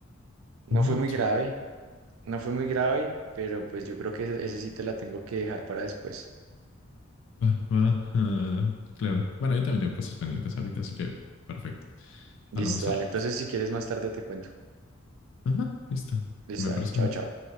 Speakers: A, on the right; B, on the left.
A: No
B: Moto.
A: fue muy grave, no fue muy grave, pero pues yo creo que ese, ese sí te la tengo que dejar para después.
B: Va, va. <laughs> ah, claro. Bueno, yo también tengo cosas pendientes ahorita, así que perfecto.
A: Listo,
B: Hablamos
A: dale.
B: al rato.
A: Entonces si quieres más tarde te cuento.
B: Ajá, listo.
A: Listo,
B: Me
A: dale.
B: parece
A: Chao,
B: bien.
A: chao.